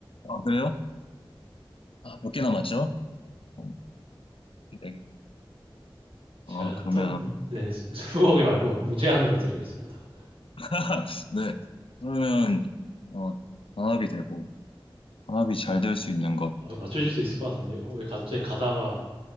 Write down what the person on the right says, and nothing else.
제가
터, 무, 네, 수- 수북이 말고 무제한으로 드리겠습니다.
아, 맞추실 수 있을 것 같은데요. 어, 왜 갑자기 가다가